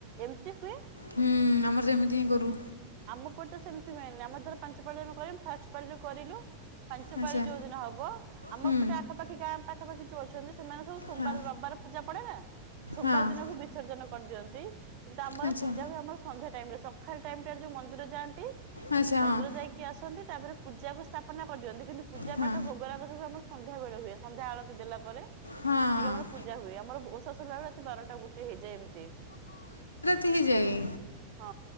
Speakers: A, on the right (about 45°); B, on the left (about 80°).
A: ଏମିତି ହୁଏ?
B: ହୁଁ ଆମର ସେମିତି ହିଁ କରୁ।
A: ଆମ ପଟେ ସେମିତି ହୁଏନି ଆମର ଧର ପାଞ୍ଚ ପାଳି ଆମେ କରିମୁ ଫାଷ୍ଟ ପାଳିରୁ କରିଲୁ ପାଞ୍ଚ
B: ଆଚ୍ଛା
A: ପାଳି ଯୋଉ ଦିନ ହବ ଆମ
B: ହୁଁ।
A: ଏପଟେ ଆଖାପାଖି ଗାଁ ପାଖାପାଖି ଯୋଉ ଅଛନ୍ତି ସେମାନେ ସବୁ ସୋମବାର
B: ହଁ
A: ରବିବାର ପୂଜା ପଡେ ନା। ସୋମବାର
B: ହଁ।
A: ଦିନ କୁ ବି ବିସର୍ଜନ କରିଦିଅନ୍ତି, କିନ୍ତୁ ଆମର
B: ଆଚ୍ଛା।
A: ପୂଜା ହୁଏ ଆମର ସନ୍ଧ୍ୟା ଟାଇମ୍ ରେ ସକାଳ ଟାଇମ ଟାରେ ଯୋଉ ମନ୍ଦିର ଯାଆନ୍ତି।
B: ଆଚ୍ଛା
A: ମନ୍ଦିର
B: ହଁ।
A: ଯାଇକି ଆସନ୍ତି ତାପରେ ପୂଜାକୁ ସ୍ଥାପ ପନା କରିଦିଅନ୍ତି, କିନ୍ତୁ ପୂଜା
B: ହଁ
A: ପାଠ ଭୋଗରାଗ ସବୁ ଆମର ସନ୍ଧ୍ୟାବେଳେ ହୁଏ। ସନ୍ଧ୍ୟା ଆଳତି ଦେଲା ପରେ
B: ହଁ
A: ଜାଇଁକି ଆମର ପୂଜା ହୁଏ ଆମର ଓଷା ସରିଲା ବେଳେ ରାତି ବାରଟା, ଗୋଟେ ହେଇଯାଏ ଏମିତି।
B: ତି ହେଇଯାଏ।
A: ହଁ।